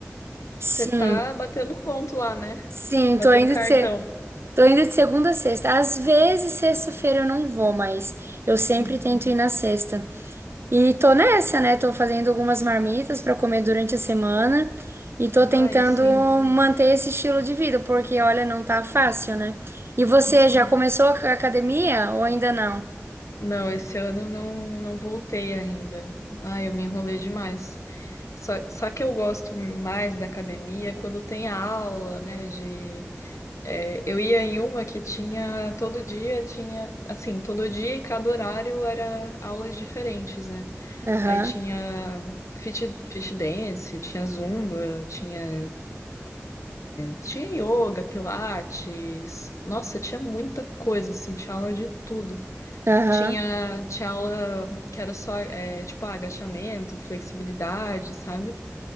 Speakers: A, on the right; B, on the left.
A: Sim,
B: você tá batendo ponto lá, né?
A: Sim,
B: Batendo
A: tô indo
B: cartão.
A: de ser, tô indo de segunda a sexta. Às vezes sexta-feira eu não vou, mas eu sempre
B: Uhum.
A: tento ir na sexta. E tô nessa, né? Tô fazendo algumas marmitas pra comer durante a semana e tô
B: Ai,
A: tentando
B: sim.
A: manter esse estilo de vida, porque olha, não tá fácil, né? E você já começou a academia ou ainda não?
B: Não, esse ano eu não, não voltei ainda. Ai, eu me enrolei demais. Só, só que eu gosto mais da academia quando tem aula, né, de É, eu ia em uma que tinha todo dia, tinha assim, todo dia e cada horário era aulas diferentes, né?
A: Aham,
B: Aí tinha fit, fit dance, tinha zumba, tinha, tinha yoga, pilates. Nossa, tinha muita coisa, assim, tinha aula de tudo.
A: aham,
B: Tinha, tinha aula que era só, é, tipo, ah, agachamento, flexibilidade, sabe?